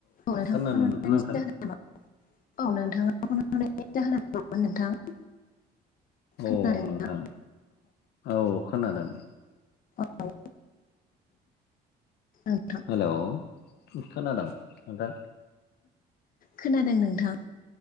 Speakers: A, on the left; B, on the left.
A: औ नोंथाङा
B: खोनादोंना
A: फनहरनायनि
B: नोंथां?
A: जाहोना मा औ नोंथाङा फनहरनायनि जाहोना मामोन नोंथां? खोनादोंना
B: औ नोंथां औ खोनादों।
A: औ नोंथां
B: हेल' खोनादोंं नोंथां?
A: खोनादों नोंथां।